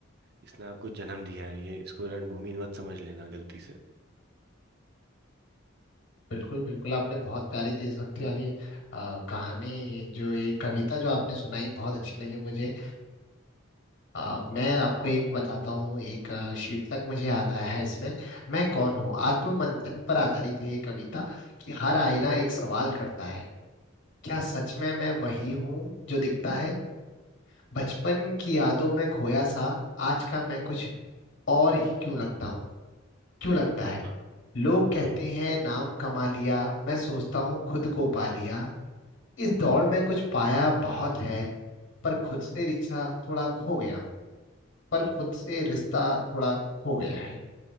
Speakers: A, on the right; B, on the left.
A: इसने आपको जन्म दिया है ये इसको रणभूमि मत समझ लेना गलती से
B: बिल्कुल बिल्कुल आपने बहुत प्यारी देशभक्ति वाली अ, कहानी जो ये कविता जो आपने सुनाई बहुत अच्छी लगी मुझे आ, मैं आपको एक बताता हूँ एक आ, शीर्षक मुझे याद आया है इसमें मैं कौन हूँ आत्ममंथन पर आधारित है ये कविता कि हर आईना
A: हम्म,
B: एक सवाल करता है क्या
A: हम्म,
B: सच में मैं वही हूँ जो दिखता है बचपन की यादों में खोया सा आज का मैं कुछ और ही क्यों लगता हूँ क्यों लगता
A: हम्म,
B: है
A: वाह
B: लोग कहते
A: हम्म,
B: हैं नाम कमा लिया मैं सोचता हूँ खुद को पा लिया इस
A: हम्म,
B: दौड़ में कुछ पाया बहुत है पर खुद से रिश्ता थोड़ा खो गया हूँ पर
A: हम्म,
B: खुद से रिश्ता थोड़ा खो गया है